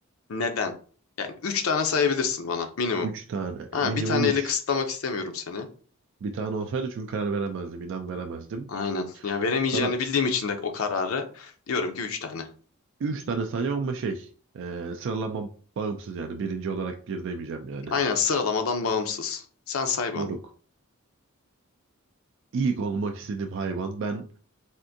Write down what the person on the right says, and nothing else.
Üç tane.
Minimum
üç.
Bir tane olsaydı çünkü karar veremezdim. İnan veremezdim.
Sana
üç tane sayacağım ama şey. e, sıralama bağımsız yani. Birinci olarak bir demeyeceğim yani.
Moruk. İlk olmak istediğim hayvan. Ben